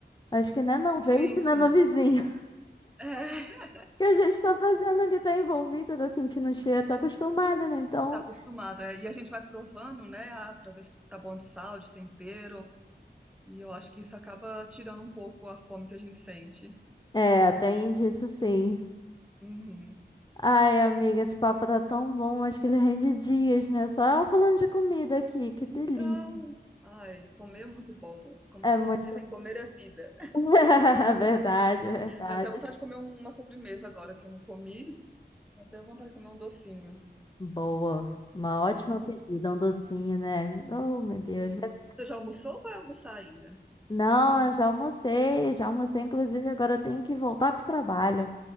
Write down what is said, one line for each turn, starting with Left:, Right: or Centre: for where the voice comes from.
Left: Acho que né, não
Centre: Sim,
Left: veio isso,
Centre: sim.
Left: né, no vizinho.
Centre: É, <laughs>
Left: que a gente tá fazendo ali, tá envolvida, tá sentindo o cheiro, tá acostumada, né? Então,
Centre: tá acostumada. E a gente vai provando, né? Ah, pra ver se tá bom de sal, de tempero. E eu acho que isso acaba tirando um pouco a fome que a gente sente.
Left: é, tem disso sim.
Centre: Uhum.
Left: Ai, amiga, esse papo tá tão bom, acho que ele rende dias, né? Só falando de comida aqui, que delícia.
Centre: Então, ai, comer é muito bom. Como,
Left: É
Centre: como
Left: muito.
Centre: dizem, comer é vida.
Left: <laughs> Verdade, verdade.
Centre: Deu até vontade de comer um, uma sobremesa agora que eu não comi. Deu até vontade de comer um docinho.
Left: Boa. Uma ótima pedida, um docinho, né? Oh, meu Deus. Mas
Centre: Você já almoçou ou vai almoçar ainda?
Left: não, eu já almocei, já almocei. Inclusive, agora eu tenho que voltar pro trabalho.